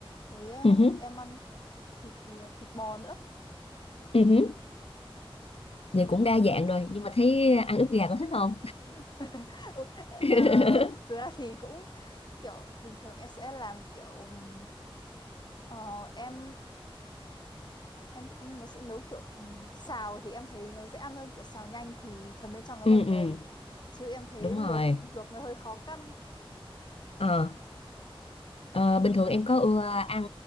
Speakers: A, on the left; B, on the left.
A: Với ờ,
B: ừ hứ,
A: em ăn thịt thì ờ, thịt bò nữa.
B: ừ hứ, Vậy cũng đa dạng rồi, nhưng mà thấy ăn ức gà có thích không?
A: <laughs> Ừ,
B: <laughs>
A: ờ, thực ra thì cũng kiểu bình thường em sẽ làm kiểu ừm, Ờ, em em em nó sẽ nấu kiểu ừm, xào thì em thấy nó dễ ăn hơn kiểu xào nhanh thì phần bên trong nó
B: ừ
A: còn
B: ừ.
A: mềm chứ em thấy
B: Đúng
A: luộc
B: rồi.
A: luộc nó hơi khó căn
B: Ờ, ờ, bình thường em có ưa ăn